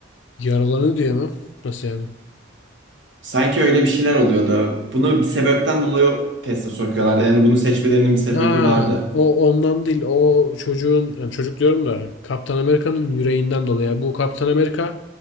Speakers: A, on the left; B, on the right.
A: Yaralanıyor diye mi? Nasıl yani?
B: Sanki öyle bir şeyler oluyordu. Bunu bir sebepten dolayı teste sokuyorlardı. Yani bunu seçmelerinin bir sebebi
A: Ha
B: vardı.
A: o ondan değil. O çocuğun yani çocuk diyorum da Kaptan Amerika'nın yüreğinden dolayı. Yani Bu Kaptan Amerika